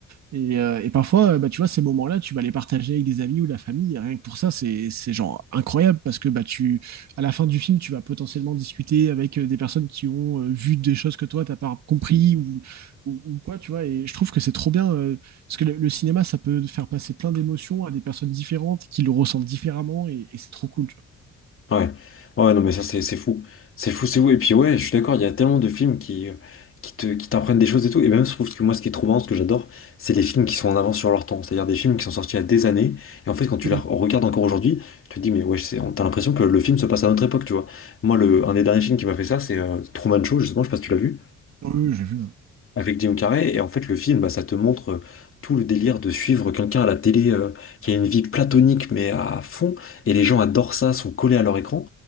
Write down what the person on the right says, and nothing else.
Et, euh, et parfois, euh, bah, tu vois, ces moments-là, tu vas les partager avec des amis ou de la famille. Et rien que pour ça, c'est c'est genre incroyable parce que bah, tu, à la fin du film, tu vas potentiellement discuter avec euh, des personnes qui ont euh, vu des choses que toi, t'as pas compris ou, ou, ou quoi, tu vois. Et je trouve que c'est trop bien euh, parce que le, le cinéma, ça peut faire passer plein d'émotions à des personnes différentes qui le ressentent différemment et, et c'est trop cool, tu
vois.
Mm.
Oui, j'ai vu.